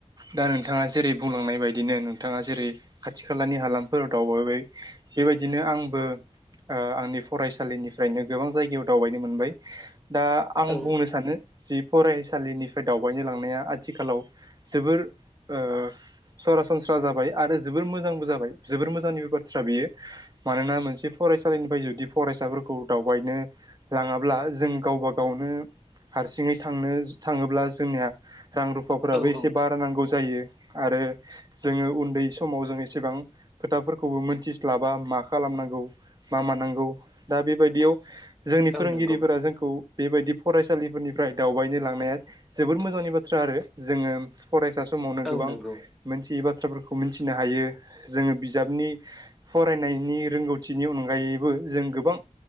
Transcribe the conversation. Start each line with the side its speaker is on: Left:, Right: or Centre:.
Right: दा नोंथाङा जेरै बुंलांनाय बायदिनो नोंथाङा जेरै खाथि खालानि हालामफोराव दावबायबाय बेबायदिनो आंबो ओ आंनि फरायसालिनिफ्रायनो गोबां जायगायाव दावबायनो मोनबाय। दा आं
Centre: औ
Right: बुंनो सानो जि फरायसालिनि फ्राय दावबायनो लांनाया आथिखालाव जोबोर ओ सरासनस्रा जाबाय आरो जो बोर मोजांबो जाबाय, जोबोर मोजांनिबो बाथ्रा बेयो। मानोना मोनसे फरायसालिनिफ्राय जुदि फरायसाफोरखौ दावबायनो लाङाब्ला जों गावब गावनो हारसिङै थांनो थाङोब्ला जोंनिया रां रुफाफोराबो
Centre: औ
Right: एसे
Centre: औ
Right: बारा नांगौ जायो। आरो जोङो उन्दै समाव जोङो एसेबां खोथाफोरखौबो मोनथिस्लाबा मा खालाम नांगौ, मा मानांगौ। दा बेबायदियाव जोंनि फोरोंगिरिफोरा
Centre: औ नंगौ
Right: जोंखौ बेबायदि फरायसालिफोरनिफ्राय दावबायनो लांनाया जोबोर मोजांनि बाथ्रा आरो जोङो फरायसा समावनो
Centre: औ
Right: गोबां
Centre: नंगौ
Right: मोन थियि बाथ्राफोरखौ मिन्थिनो हायो। जोङो बिजाबनि फरायनायनि रोंगौथिनि अनगायै बो जों गोबां